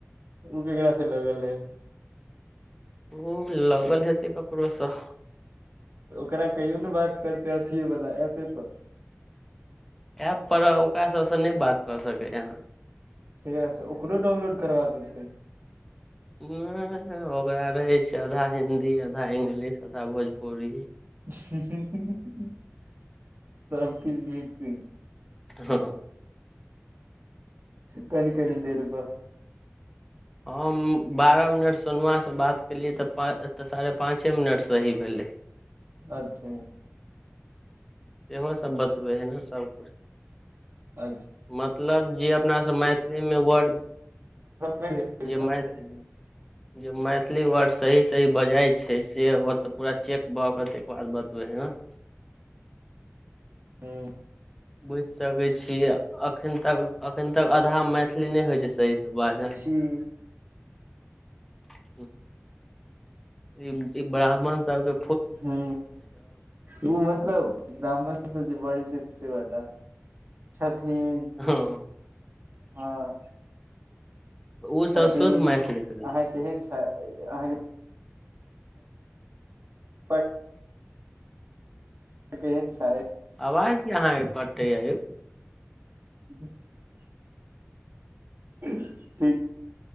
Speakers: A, on the right (about 50°); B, in the centre.
A: ओ केकरा से लगल है
B: ऊ लगल हेतै ककरो से
A: ओकरा कहियो ने बात करते अथिए वाला एपे पर
B: ऐप पर ओकरा सब से नहि बात क सकै यै
A: केकरा से ओकरो डाउनलोड करबा दो
B: नहि ओकरा रहै छै आधा हिन्दी आधा इंग्लिश आधा भोजपुरी
A: सबकीछ मिक्ससिंग
B: हँ
A: कनी कनी देर पर
B: हम बारह मिनट सोनउआ से बात केलियै तऽ पा तऽ साढ़े पाँचे मिनट सही भेलै
A: अच्छा
B: इहो सब बतबै हइ ने सब कुछ
A: अच्छा
B: मतलब जे अपना सभ मैथिली मे वर्ड
A: गेलियै
B: जे मैथिल
A: समझ गेलियै
B: <inaudible> जे मैथिली वर्ड सही सही बजइ छैय से ओ तऽ पूरा चेक भऽ कऽ तके बाद बतबै हँ न।
A: हूँ
B: बुझि सकैत छियै एखन तक एखन तक आधा मैथिली नहि होइत छैय सही से बाजल।
A: हूँ
B: <unintelligible> ई ई ब्राह्मण सब के
A: हँ ओ मतलब ब्राह्मण से जे बजई छैय से बला छथिन
B: हँ
A: हँ
B: ओ
A: छथिन
B: सब शुद्ध मैथिली भेलै
A: अहाँ केहन छ अहाँ के पप्पा केहन छाय?
B: आवाज किया अहाँ कटैया यौ?
A: <inaudible> ठीक